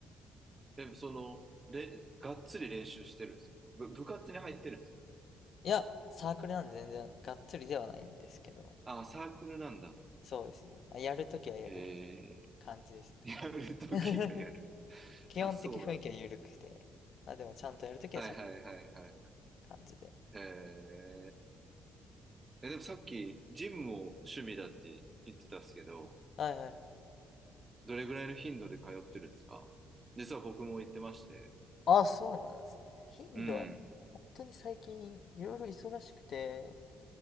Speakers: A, on the right (about 30°); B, on the left (about 60°).
A: でも、その、れ、がっつり練習してるんですかぶ、部活に入ってるんですか
B: いや、サークルなんで全然がっつりではないんですけど、
A: ああー、サークルなんだ。
B: そうですね。まあ、やるときはやる
A: へえ。
B: 感じです
A: やるときがやる。
B: ね。<laughs> 基本的雰囲気は緩くて、
A: あ、そうなんだ。
B: まあでもちゃんとやるときはちゃんと
A: はいはいはいはいは
B: 感じで。
A: い。へえ、でもさっき、ジムも趣味だって言ってたんですけど、
B: はいはいはい。
A: どれぐらいの頻度で通ってるんですか実は僕も行ってまして。
B: あ、そうなんですね。頻度は、
A: うん。
B: もう本当に最近いろいろ忙しくて、